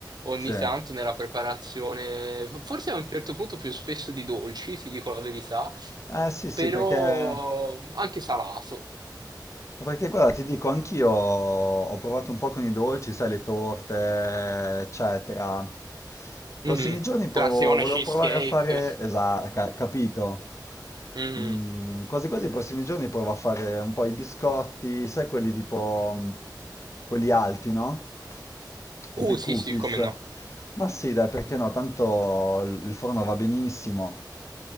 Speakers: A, on the right (about 60°); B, on the left (about 40°).
A: Ogni
B: Sì.
A: tanto nella preparazione, forse a un certo punto più spesso di dolci, ti dico la verità,
B: Ah sì sì
A: però
B: perché
A: anche salato.
B: Ma Perché guarda, ti dico, anch'io ho provato un po' con i dolci, sai, le torte, eccetera. I prossimi
A: Mhm.
B: giorni provo-
A: Classione
B: volevo
A: cheesecake.
B: provare a fare, esatto, capito.
A: Mhm.
B: Mm, quasi quasi i prossimi giorni provo a fare un po' i biscotti, sai, quelli tipo, mm, quelli alti, no? Tipo
A: Uh,
B: i
A: sì,
B: cookies.
A: sì, come no.
B: Ma sì, dai, perché no? Tanto il il forno va benissimo,